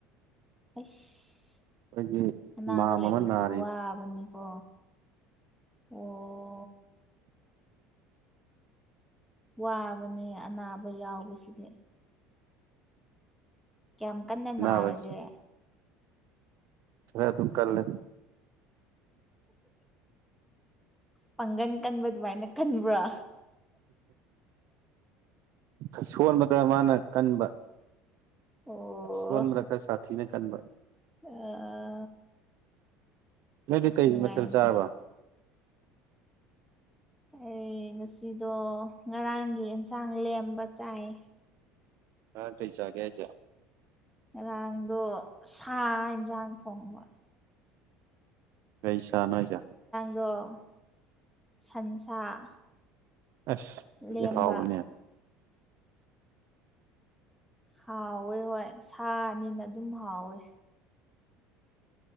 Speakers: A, in the centre; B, on the right.
A: ꯑꯩꯁ
B: ꯑꯩꯈꯣꯏꯒꯤ
A: ꯑꯅꯥꯕ
B: ꯏꯃꯥꯝ
A: ꯂꯩꯕꯖꯦ
B: ꯑꯃ ꯅꯥꯔꯤ
A: ꯋꯥꯕꯅꯤꯀꯣ ꯋꯣ ꯋꯥꯕꯅꯦ ꯑꯅꯥꯕ ꯌꯥꯎꯕꯁꯤꯗꯤ ꯀ꯭ꯌꯥꯝ ꯀꯟꯅ
B: ꯑꯅꯥꯕꯁꯤ
A: ꯅꯥꯔꯒꯦ
B: ꯈꯔ ꯑꯗꯨꯝ ꯀꯜꯂꯦ
A: ꯄꯥꯡꯒꯟ ꯀꯟꯕ ꯑꯗꯨꯃꯥꯏꯅ ꯀꯟꯕ꯭ꯔꯣ
B: ꯑꯁꯣꯟꯕꯗ ꯃꯥꯅ ꯀꯟꯕ
A: ꯑꯣ
B: ꯑꯁꯣꯟꯕꯗ ꯈꯔ ꯁꯥꯊꯤꯅ ꯀꯟꯕ
A: ꯑꯥ
B: ꯅꯣꯏꯗꯤ
A: ꯑꯁ
B: ꯀꯩ
A: ꯅꯨꯡꯉꯥꯏꯅꯦ
B: ꯃꯊꯦꯜ ꯆꯥꯔꯕ
A: ꯑꯩ ꯉꯁꯤꯗꯣ ꯉꯔꯥꯡꯒꯤ ꯑꯦꯟꯁꯥꯡ ꯂꯦꯝꯕ ꯆꯥꯏꯌꯦ
B: ꯉꯔꯥꯡ ꯀꯩ ꯆꯥꯒꯦ ꯍꯥꯏꯖꯦ
A: ꯉꯔꯥꯡꯗꯣ ꯁꯥ ꯍꯦꯟꯖꯥꯡ ꯊꯣꯡꯕ
B: ꯀꯩ ꯁꯥꯅꯣ ꯍꯥꯏꯖꯦ
A: ꯗꯣ ꯁꯟꯁꯥ
B: ꯑꯁ
A: ꯂꯦꯝꯕ
B: ꯌꯥꯝ ꯍꯥꯎꯕꯅꯦ
A: ꯍꯥꯎꯋꯦ ꯍꯣꯏ ꯁꯥꯅꯤꯅ ꯑꯗꯨꯝ ꯍꯥꯎꯋꯦ